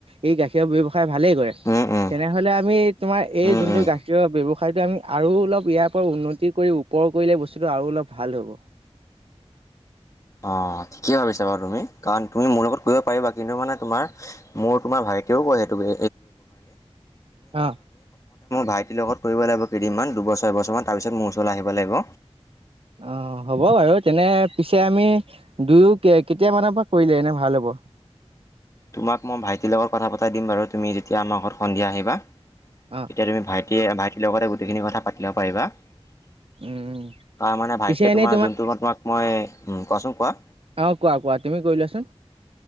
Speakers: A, on the right (about 60°); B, on the left (about 30°).
A: এই গাখীৰ ব্যৱ ভালে কৰিলা,
B: উম উম
A: তেনেহলে আমি তোমাৰ এই
B: উম
A: যোনটো
B: উম
A: গাখীৰৰ ব্যব ঠাইটো আমি আৰু অলপ ইয়াৰ পৰা উন্নতি কৰি ওপৰ কৰিলে বস্তুটো আৰু অলপ ভাল হ'ব।
B: অ' ঠিকেই ভাবিছা বাৰু তুমি কাৰণ তুমি মোৰ লগত কৰিব পাৰিবা কিন্তু মানে তোমাৰ মোৰ তোমাৰ ভাইেকেও ত <unintelligible> এ মোৰ
A: অ'।
B: ভাইটিৰ লগত কৰিব লাগিব কেইদিনমান দুবছৰবছৰমান তাৰ পিছত মোৰ ওচৰলৈ আহিব লাগিব।
A: অ' হ'ব বাৰু তেনে পিছে আমি দুয়ো কেতিয়ামানৰ পৰা কৰিলে এনে ভাল হ'ব? <inaudible>
B: তোমাক মই ভাইটিৰ লগত কথা পতাই দিম বাৰু তুমি যেতিয়া আমাৰ ঘৰত সন্ধিয়া আহিবা। তেতিয়া
A: অ'
B: তুমি ভাইটিয়ে ভাইটিৰ লগতে গোটেইখিনি কথা পাতিব পাৰিবা। ত
A: উম
B: মানে ভাইকে
A: পিছে এনেই
B: তোমাৰ যোনটো মই তোমাক মই উ, কোৱাচোন কোৱা।
A: অ', কোৱা কোৱা তুমি কৈলোবাচোন।